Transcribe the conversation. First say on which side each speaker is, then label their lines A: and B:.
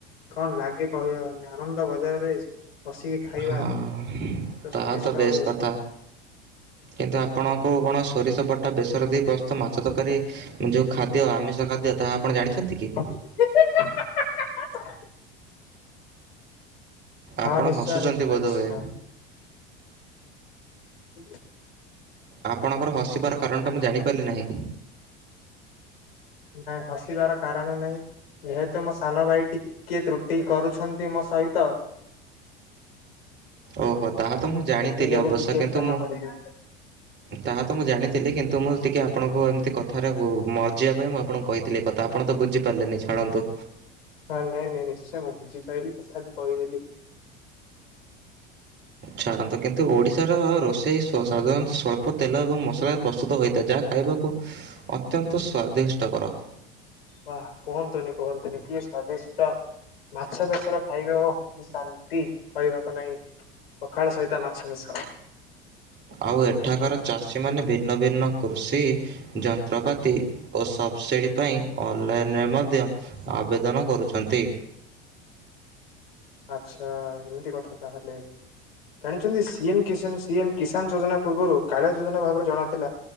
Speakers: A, on the left; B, on the right.
A: କଣ ଲାଗେ କହିବା ଆନନ୍ଦ ବଜାରରେ ବସିକି ଖାଇବା
B: ହଁ ତାହା
A: ସ୍ଵାଦିଷ୍ଟ
B: ତ
A: ଆଉ
B: ବେଶ କଥା। କିନ୍ତୁ ଆପଣଙ୍କୁ କଣ ସୋରିଷ ବଟା ବେସର ଦେଇ ତ ମାଛ ତକାରୀ ଯୋଉ ଖାଦ୍ୟ ଆମିଷ ଖାଦ୍ୟ ତାହା ଆପଣ ଜାଣିଛନ୍ତି କି?
A: <inaudible>
B: ଆପଣ
A: ହଁ ନିଶ୍ଚୟ
B: ହସୁଚନ୍ତି
A: ନିଶ୍ଚୟ
B: ବୋଧୋ
A: ନିଶ୍ଚୟ
B: ହୋଏ
A: <inaudible>
B: ଆପଣଙ୍କର ହସିବାର କାରଣଟା ମୁଁ ଜାଣିପାରିଲି ନାହିଁ।
A: ନା ହସିବାର କାରଣ ନାଇଁ। ଯେହେତୁ ମୋ ସାନ ଭାଇ ଟିକେ ତ୍ରୁଟି କରୁଛନ୍ତି ମୋ ସହିତ
B: ଓହୋ। ତାହା ତ ମୁଁ ଜାଣିଥିଲି
A: ସେଥି ଯୋଗୁ
B: ଅବଶ୍ୟ
A: ଟିକେ
B: କିନ୍ତୁ
A: କ୍ଷମା
B: ମୁଁ
A: କରିବେ
B: ତାହା ତ ମୁଁ ଜାଣିଥିଲି କିନ୍ତୁ ମୁଁ ଟିକେ ଅପ ଆପଣଙ୍କୁ ଏମିତି କଥାରେ ମଜିବା ପାଇଁ ମୁଁ ଆପଣଙ୍କୁ କହିଥିଲି ଏ କଥା ଆପଣ ତ ବୁଝିପାରିଲେନି ଛାଡ଼ନ୍ତୁ।
A: ହଁ ନାଇଁ ନାଇଁ ନିଶ୍ଚୟ ମୁଁ ବୁଝିପାରିଲି ତଥାପି କହିଦେଲି।
B: ଛାଡ଼ନ୍ତୁ କିନ୍ତୁ ଓଡ଼ିଶାର ରୋଷେଇ ସ୍ଵ ସାଧାରଣ ସ୍ୱଳ୍ପ ତେଲ ଏବଂ ମସଲା ପ୍ରସ୍ତୁତ ହୋଇଥାଏ ଯାହା ଖାଇବାକୁ ଅତ୍ୟନ୍ତ ସ୍ଵାଦିଷ୍ଟକର।
A: ବା କୁହନ୍ତୁନି କୁହନ୍ତୁନି କିଏ ସ୍ଵାଦିଷ୍ଟ। ମାଛ ବେସର ଖାଇବେ ଓ କି ଶାନ୍ତି କହିବାକୁ ନାଇଁ। ପଖାଳ ସହିତ ମାଛ ବେଶର
B: ଆଉ ଏଠାକାର ଚାଷୀ ମାନେ ଭିନ୍ନ ଭିନ୍ନ କୃଷି ଯନ୍ତ୍ରପାତି ଓ ସବ୍ ସିଡ଼ି ପାଇଁ ଅନ୍ ଲାଇନରେ ମଧ୍ୟ ଆବେଦନ କରୁଚନ୍ତି।
A: ଆଛା ଏମିତି କଥା ତାହେଲେ। ଜାଣିଚନ୍ତି ସିଏମ୍ କିଷାନ୍ ସିଏମ୍ କିଷାନ୍ ଯୋଜନା ପୂର୍ବରୁ କାଳିଆ ଯୋଜନା ଭାବରେ ଜଣା ଥିଲା।